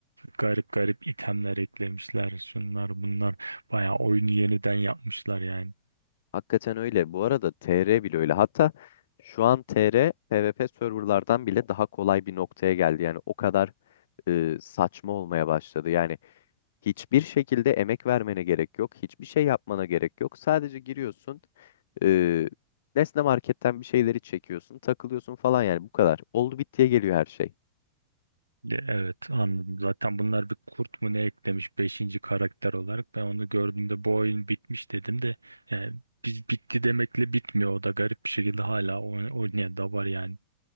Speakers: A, on the right; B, on the left.
A: Garip garip itemler eklemişler. Şunlar bunlar. Bayağı oyunu yeniden yapmışlar yani.
B: Hakikaten öyle. Bu arada TR bile öyle. Hatta şu an TR PvP serverlardan bile daha kolay bir noktaya geldi. Yani o kadar e, saçma olmaya başladı. Yani Hiçbir şekilde emek vermene gerek yok. Hiçbir şey yapmana gerek yok. Sadece giriyorsun. E, Nesne Market'ten bir şeyleri çekiyorsun. Takılıyorsun falan yani bu kadar. Oldu bittiye geliyor her şey.
A: Ya Evet anladım. Zaten bunlar bir kurt mu ne eklemiş beşinci karakter olarak. Ben onu gördüğümde bu oyun bitmiş dedim de yani biz bitti demekle bitmiyor. O da garip bir şekilde hala oyn- oynayan da var yani.